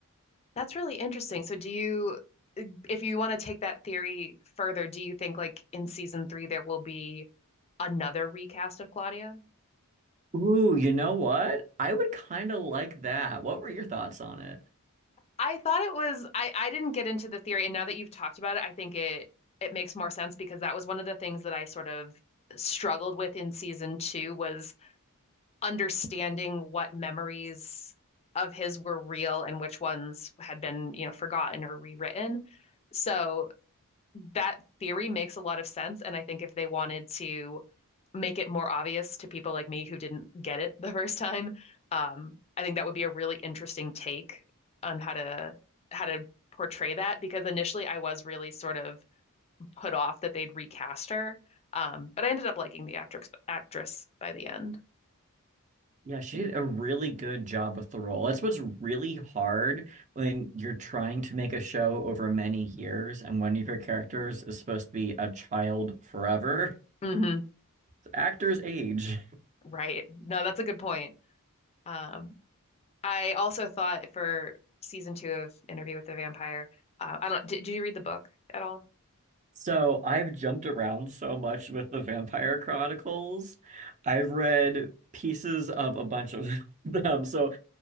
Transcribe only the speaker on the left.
That's really interesting. So do you if you want to take that theory further, do you think like in season three there will be another recast of Claudia?
I thought it was I I didn't get into the theory and now that you've talked about it, I think it it makes more sense because that was one of the things that I sort of struggled with in season two was understanding what memories of his were real and which ones had been, you know, forgotten or rewritten. So that theory makes a lot of sense. And I think if they wanted to make it more obvious to people like me who didn't get it <laughs> the first time, um, I think that would be a really interesting take on how to how to portray that because initially I was really sort of put off that they'd recast her. Um, but I ended up liking the actress actress by the end.
hmm
Right. No, that's a good point. Um, I also thought for season two of Interview with the Vampire, uh, I don't, did, did you read the book at all?